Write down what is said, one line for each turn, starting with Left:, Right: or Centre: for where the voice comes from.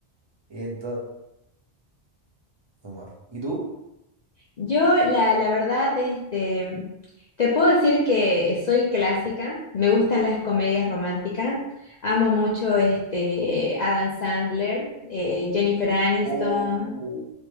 Right: Entonces, humor. ¿Y tú?
Left: Yo, la, la verdad, este, te puedo decir que soy clásica, me gustan las comedias románticas, amo mucho este, Adam Sandler, eh, Jennifer Aniston,
Right: Oh,